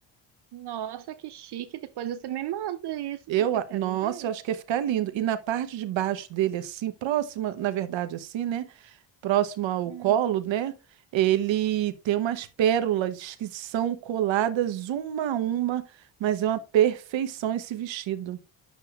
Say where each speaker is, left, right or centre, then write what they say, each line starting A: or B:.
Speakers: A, on the right (about 60°); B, on the right (about 70°).
A: Nossa, que chique. Depois você me manda isso,
B: Eu,
A: porque
B: a-
A: eu quero
B: nossa,
A: ver.
B: eu acho que ia ficar lindo. E na parte de baixo dele, assim, próxima, na verdade, assim, né? Próximo ao
A: Hum,
B: colo, né? Ele tem umas pérolas que são coladas uma a uma, mas é uma perfeição esse vestido.